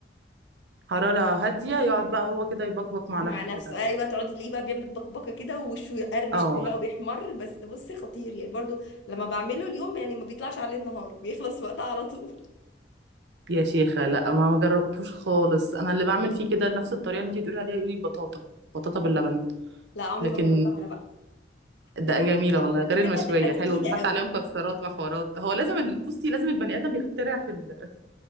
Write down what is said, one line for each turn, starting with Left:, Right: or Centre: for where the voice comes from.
Right: حرارة هادية يقعد بقى هو كده يبقبق مع
Left: مع
Right: نفسه
Left: نفسه
Right: كده
Left: ايوه تقعدي تلاقيه بقى بيعمل بكبكه كده ووشه يقرمش
Right: اه
Left: كده <laughs> بقى وبيحمر بس بصي خطير يعني برضو لما بعمله اليوم يعني ما بيطلعش عليه النهار بيخلص وقتها على طول
Right: يا شيخة لا ما ما جربتوش خالص انا اللي بعمل فيه كده نفس الطريقه اللي انت بتقولي عليها دي بطاطا بطاطا باللبن
Left: لا عمري
Right: لكن
Left: ما جربتها انا بقى
Right: ده
Left: حسيتها
Right: جميله
Left: تبقى
Right: والله غير
Left: حسيتها
Right: المشويه
Left: تبقى تقيله
Right: حلوه بيتحط
Left: قوي
Right: عليها مكسرات وحوارات هو لازم ال- بصي لازم البني ادم يخترع في ال...